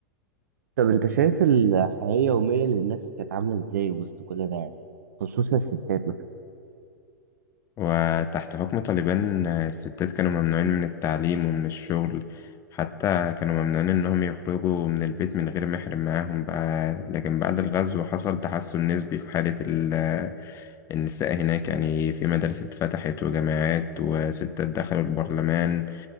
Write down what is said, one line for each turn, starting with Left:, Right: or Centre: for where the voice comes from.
Right: طب انت شايف الحياه اليوميه للناس كانت عامله ازاي وسط كل ده يعني خصوصا الستات مثلا
Left: وتحت حكم طالبان آه، الستات كانوا ممنوعين من التعليم ومن الشغل حتى كانوا ممنوعين إنهم يخرجوا من البيت من غير محرم معاهم بقى لكن بعد الغزو حصل تحسن نسبي في حالة ال- آه، النساء هناك يعني في مدارس اتفتحت وجامعات وستات دخلوا البرلمان